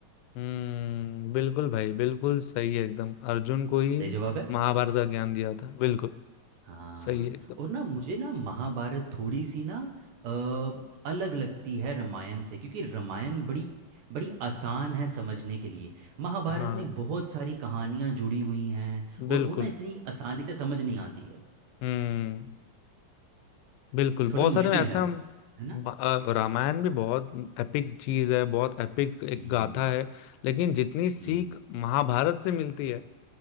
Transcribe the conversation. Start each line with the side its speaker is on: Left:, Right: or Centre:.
Left: हम्म बिल्कुल भाई बिल्कुल सही है एकदम अर्जुन को ही
Right: सही जवाब है
Left: महाभारत का ज्ञान दिया था बिल्कुल
Right: हाँ
Left: सही है एकदम
Right: और ना मुझे ना महाभारत थोड़ी सी ना अ, अलग लगती है रामायण से क्योंकि रामायण बड़ी बड़ी आसान है समझने के लिए महाभारत
Left: हाँ
Right: में बहुत सारी कहानियाँ जुड़ी हुई हैं और
Left: बिल्कुल
Right: वो ना इतनी आसानी से समझ नहीं आती है
Left: हम्म बिल्कुल
Right: थोड़ी
Left: बहुत
Right: मुश्किल
Left: सारे ऐसा
Right: है वो
Left: हम
Right: है ना
Left: ब- अ, रामायण भी बहुत एपिक चीज है बहुत एपिक एक
Right: हम्म
Left: गाथा है लेकिन जितनी सीख
Right: हम्म
Left: महाभारत से मिलती है